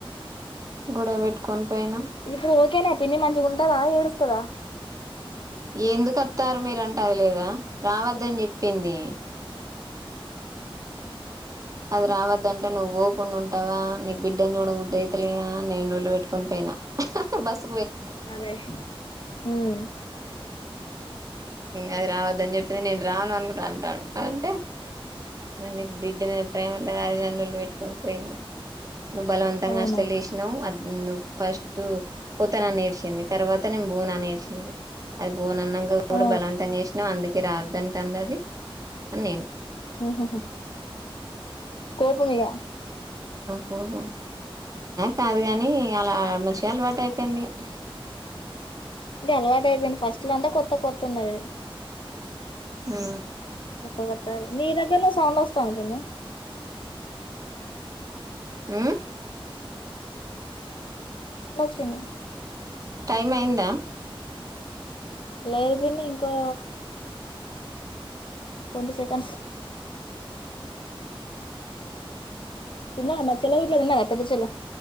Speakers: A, on the right; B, on the left.
A: గొడవ పెట్టుకొని పోయినాం
B: ఇప్పుడు ఓకేనా పిన్ని మంచిగా ఉంటదా ఏడుస్తదా
A: ఎందుకు వస్తారు మీరంట లేదా రావద్దని చెప్పింది. అది రావద్దంటే నువ్వు పోకుండా ఉంటావా నీకు బిడ్డని చూడ బుద్ధి అయితలేదా నేను లొల్లి పెట్టుకొని పోయినా బస్.
B: అదే హామ్
A: అది రావద్దని చెప్పింది నేను రాను అనుకుంటా అంటా అంటే నీకు బిడ్డ మీద ప్రేమ లేదా అది ఇది అని లొల్లి పెట్టుకుని పోయిన. నువ్వు బలవంతంగా
B: అవునా
A: హాస్టల్ చేసినవ్ ఫస్ట్ పోతనా నేడ్చింది తర్వాత నేను పోనని ఏడ్చి. అది భోనఅన్నంక కూడా
B: ఆ
A: బలవంతం చేసినాం అందుకే రావద్దంటఅంది అది అని నేను
B: హ్ హ్ కోపం ఇగ
A: కోపం కాదు కానీ అలా మంచిగా అలవాటు అయిపోయింది ఇక
B: ఇది అలవాటు అయిపోయింది ఫస్ట్ లొ అంటే కొత్త కొత్తవున్నది
A: ఆ
B: కొత్త కొత్తగా నీ దగ్గరలో సౌండ్ వస్తాంది పిన్ని
A: ఆ
B: చింది
A: టైం అయిందా
B: లేదు పిన్ని ఇంకా ట్వంటీ సెకండ్స్ తిన్నావా చెల్లె గిట్ల తిన్నదా పెద్ద చెల్లె